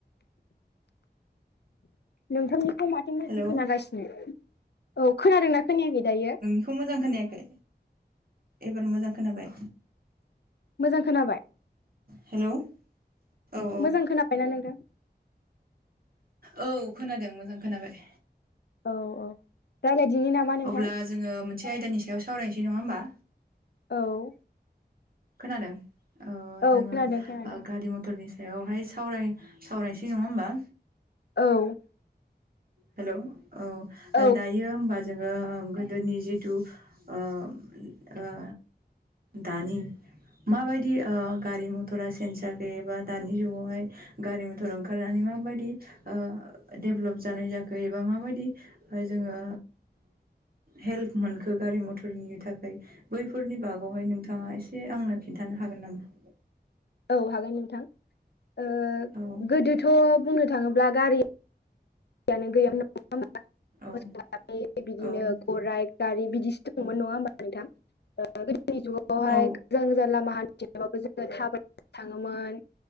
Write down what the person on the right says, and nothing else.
हेलौ
औ
बेखौ मोजां खोनायाखै एबार मोजां खोनाबाय
हेल' औ औ
औ खोनादों मोजां खोनाबाय
अब्ला जोंङो मोनसे आयदानि सायाव सावरायनोसै नंङा होमबा
खोनादों अ
जोंङो
गारि म थरनि सायावहाय सावराय सावरायसै नंङा होमबा
हेलौ औ
दा हायो होमबा जोंङो गोदोनि जिथु ओ ओ दानि माबायदि ओ-गारि मथरा सेन्ज जबाय दानि जुगावहाय। गारि मथर ओंखारनानै माबायदि ओ-दभलप जानाय जाखो। खो एबा माबायदि जोङो। हेल्प मोनखो गारि मथरनि थाखाय। बैफोरनि बागावहाय नोंथाङा एसे आंनो खिन्थानो हागोन नामा।
औ
औ
औ
औ